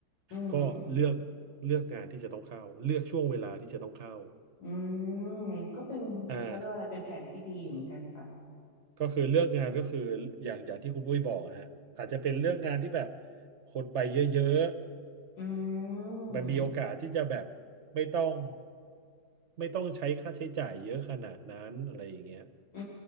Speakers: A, on the left; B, on the right.
A: อืม
B: ก็เลือกเลือกงานที่จะต้องเข้าเลือกช่วงเวลาที่จะต้องเข้า
A: อืมก็เป็นเขาเรียกว่าอะไรเป็นแผนที่ดีอยู่เหมือนกันค่ะ
B: อ่า ก็คือเลือกงานก็คืออย่างอย่างที่คุณอุ้ยบอกอะฮะอาจจะเป็นเลือกงานที่แบบคนไปเยอะ
A: อื
B: ๆมันมีโอกาสที่จะแบบไม่ต้อง
A: ม
B: ไม่ต้องใช้ค่าใช้จ่ายเยอะขนาดนั้นอะไรอย่างเงี้ย
A: อื